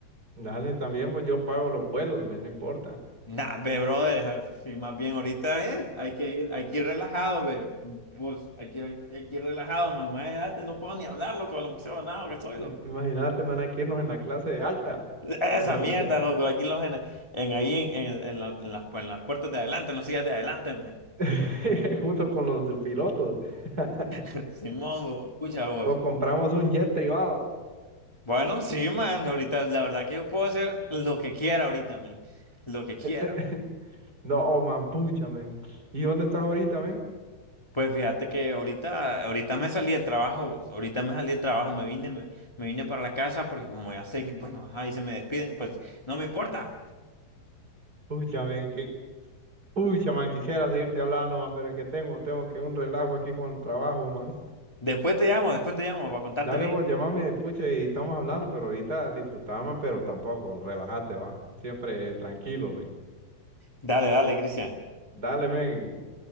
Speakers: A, on the right; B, on the left.
A: Dale, también, pues yo pago los vuelos, me no importa.
B: Nah, ve, brother, si más bien ahorita eh, hay que ir, hay que ir relajado, ve, pues, hay que ir, hay que ir relajado, mamá, de edad, no puedo ni hablar, loco, de los museos, nada, que estoy,
A: Yo-
B: loco.
A: Imagínate, van a que irnos en la clase de alta,
B: Esa
A: de
B: mierda,
A: los ya-
B: loco, aquí los en, en ahí, en, en- en la- en las, en las puertas de adelante, en las sillas de adelante, me.
A: <laughs> junto con los de pilotos. <laughs>
B: <laughs> Simón, vos, escucha vos.
A: O compramos un jet privado.
B: Bueno, sí, man, ahorita, la verdad que yo puedo hacer lo que quiera ahorita, man, lo que quiera.
A: <laughs> No, man, pucha, man. ¿Y dónde estás ahorita, man?
B: Pues fíjate que ahorita, ahorita me salí del trabajo, vos. Ahorita me salí del trabajo, me vine, me, me vine para la casa porque como ya sé que, bueno, ajá, y se me despiden, pues no me importa.
A: Pucha, man, que pucha, man, quisiera seguirte hablando, man, pero es que tengo, tengo que un relajo aquí con el trabajo, man.
B: Después te llamo, después te llamo para contarte
A: Dale
B: bien.
A: vos, llámame pucha, y estamos hablando, pero ahorita disfrutá, man, pero tampoco, relájate, va. Siempre tranquilo, man.
B: Dale, dale, Cristian.
A: Dale, man.